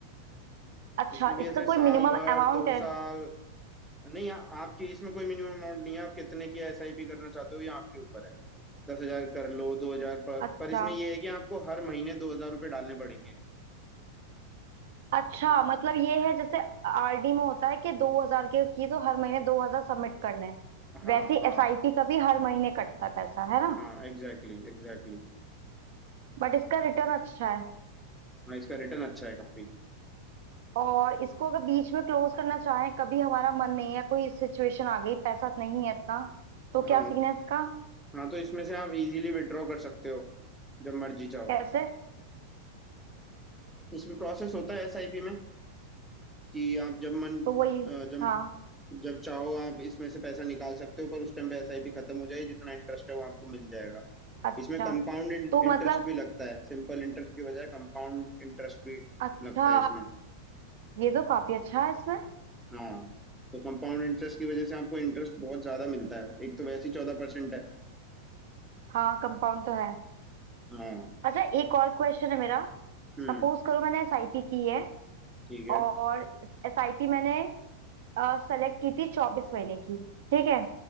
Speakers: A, on the right; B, in the centre.
A: अच्छा
B: इसमें भी
A: इसका
B: ऐसे साल
A: कोई मिनिमम
B: भर
A: अमाउंट
B: दो
A: है
B: साल नहीं आ, आपकी इसमें कोई मिनिमम अमाउंट नहीं है आप कितने की एसआईपी करना चाहते हो ये आपके ऊपर है दस हजार कर लो दो हजार पर,
A: अच्छा
B: पर इसमें ये है कि आपको हर महीने दो हजार रुपये डालने पड़ेंगे
A: अच्छा मतलब ये है जैसे आरडी में होता है कि दो हजार के किए तो हर महीने दो हजार सबमिट करने हैं
B: हाँ
A: वैसे
B: हाँ
A: एसआईपी का भी हर महीने कटता है पैसा है ना
B: हाँ एग्जैक्टली एग्जैक्टली
A: बट इसका रिटर्न अच्छा है
B: हाँ इसका रिटर्न अच्छा है काफी
A: और इसको अगर बीच में क्लोज करना चाहें कभी हमारा मन नहीं है कोई सिचुएशन आ गई पैसा नहीं है इतना तो क्या
B: हाँ
A: सीन है इसका
B: हाँ तो इसमें से आप इजीली विड्रॉ कर सकते हो जब मर्जी चाहो
A: कैसे
B: इसमें प्रोसेस होता है एसआईपी में कि आप जब मन
A: तो वही
B: अ, जब
A: हाँ
B: जब चाहो आप इसमें से पैसा निकाल सकते हो पर उस टाइम पे एसआईपी खत्म हो जाएगी जितना इंटरेस्ट है वो आपको मिल जाएगा
A: अच्छा
B: इसमें कंपाउंड
A: तो
B: इंटरेस्ट
A: मतलब
B: भी लगता है सिंपल इंटरेस्ट की बजाय कंपाउंड इंटरेस्ट भी
A: अच्छा
B: लगता है इसमें
A: ये तो काफी अच्छा है इसमें
B: हाँ तो कंपाउंड इंटरेस्ट की वजह से आपको इंटरेस्ट बहुत ज्यादा मिलता है एक तो वैसे ही चौदह परसेंट है
A: हाँ कंपाउंड तो है
B: हाँ
A: अच्छा एक और क्वेश्चन है मेरा
B: हम्म
A: सपोज करो मैंने एसआईपी की है
B: ठीक है
A: और एसआईपी मैंने सेलेक्ट की थी चौबीस महीने की ठीक है